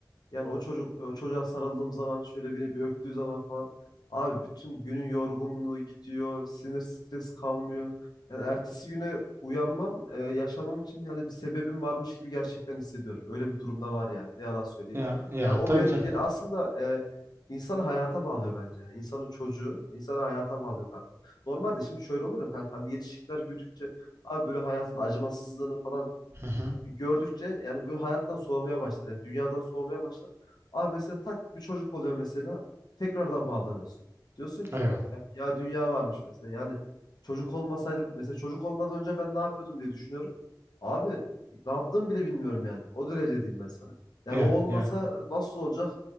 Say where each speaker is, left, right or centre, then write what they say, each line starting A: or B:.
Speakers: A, on the left; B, on the right.
A: Yani o çocuk o çocuğa sarıldığım zaman şöyle biri bir öptüğü zaman falan abi bütün günün yorgunluğu gidiyor. Sinir stres kalmıyor. Yani ertesi güne uyanmam, e, yaşamam için yani bir sebebim varmış gibi gerçekten hissediyorum. Öyle bir durumda var yani. Ne yalan söyleyeyim.
B: Ya ya
A: Yani o
B: tabii
A: benim,
B: canım.
A: beni aslında e, insanı hayata bağlıyor bence. Yani İnsanın çocuğu insanı hayata bağlıyor kanka. Normalde şimdi şöyle olur ya kanka hani yetişkinler büyüdükçe abi böyle hayatın acımasızlığını falan
B: Hı hı.
A: gördükçe yani böyle hayattan soğumaya başlar. Yani dünyadan soğumaya başlar. Abi mesela tak bir çocuk oluyor mesela tekrardan bağlanıyorsun. Diyorsun ki
B: Eyvallah.
A: ya, ya dünya varmış mesela. Yani çocuk olmasaydı mesela çocuk olmadan önce ben ne yapıyordum diye düşünüyorum. Abi ne yaptığımı bile bilmiyorum yani. O derece diyeyim ben sana. Yani
B: Yani
A: o olmasa
B: yani.
A: nasıl olacak